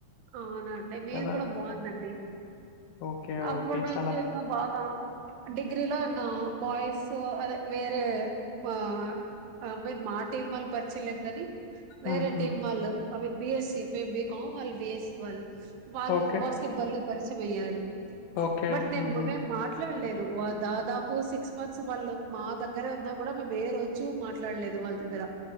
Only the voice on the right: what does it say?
అవునంటే మీది
కూడా బాగుందండి
అప్పుటి
నుంచి
ఇంకా బాగా డిగ్రీలో ఆ బాయ్స్ అదే వేరే మా- మా టీమ్ వాళ్ళు పరిచయలేదు కానీ
వేరే
టీమ్ వాళ్ళు అవి బిఎస్ మేము బీకాం వాళ్ళు బీఎస్సీ వాళ్లు వాళ్ళు
బాస్కెట్ బాల్ లో పరిచయమయ్యారు
బట్ నేను
బుకే మాట్లాడలేదు దాదాపు సిక్స్ మంత్స్ వాళ్ళు మా దగ్గరే ఉన్నా కూడా మేము ఏ రోజు మాట్లాడలేదు వాళ్ళ దగ్గర